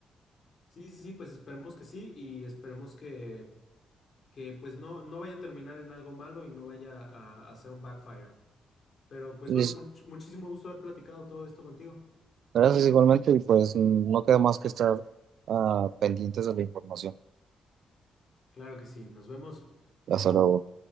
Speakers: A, on the left; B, on the right.
A: Sí, sí, sí, pues esperemos que sí y esperemos que, que pues no, no vaya a terminar en algo malo y no vaya a, a hacer un backfire. Pero pues
B: Y
A: bueno,
B: es-
A: much- muchísimo gusto haber platicado todo esto contigo.
B: gracias igualmente y pues no queda más que estar ah, pendientes de la información.
A: Claro que sí, nos vemos.
B: Hasta luego.